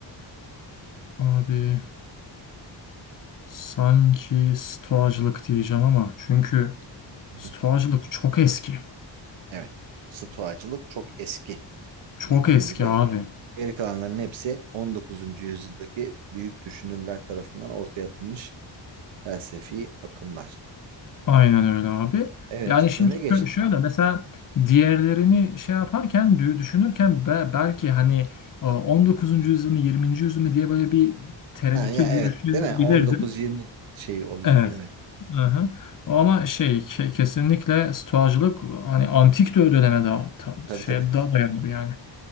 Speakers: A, on the left (about 45°); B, on the right (about 80°).
A: Abi sanki stoğacılık diyeceğim ama çünkü
B: Hı
A: Stoğacılık çok eski.
B: Evet. Stoacılık çok eski
A: Çok
B: dediğin
A: eski
B: gibi.
A: abi.
B: Geri kalanların hepsi 19. yüzyıldaki büyük düşünürler tarafından ortaya atılmış felsefi akımlar.
A: Aynen öyle abi.
B: Evet,
A: Yani şimdi
B: öne
A: şö-
B: geçti.
A: şöyle mesela diğerlerini şey yaparken dü- düşünürken be- belki hani e, on dokuzuncu yüzyıl mı 20. yüzyıl mı diye böyle bir tereddüte
B: Ha ya
A: dü-
B: evet,
A: düşünebilirdim.
B: değil mi? 19-20 şey oluyor.
A: Evet.
B: Evet.
A: Aha. Ama şey, ke- kesinlikle stoğacılık hani antik dö- döneme daha ta-
B: Tabii
A: şey
B: tabii.
A: daha dayanır yani.